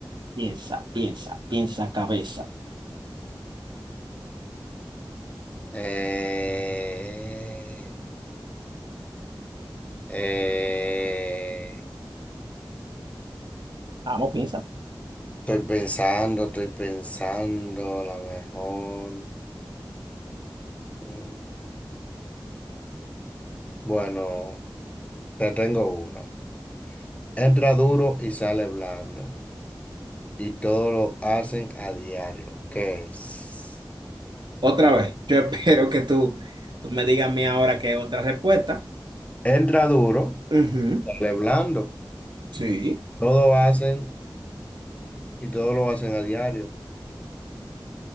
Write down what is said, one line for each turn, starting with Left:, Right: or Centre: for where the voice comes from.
Right: piensa, piensa, piensa cabeza.
Left: eh, eh,
Right: Vamos, piensa.
Left: Estoy pensando, estoy pensando, a lo mejor. mm, Bueno, te tengo uno. Entra duro y sale blando. Y todo lo hacen a diario. ¿Qué es?
Right: Otra vez, yo espero que tú no me digas a mí ahora que otra respuesta.
Left: Entra duro,
Right: Ujú.
Left: sale blando.
Right: Sí.
Left: Todo hacen y todo lo hacen a diario.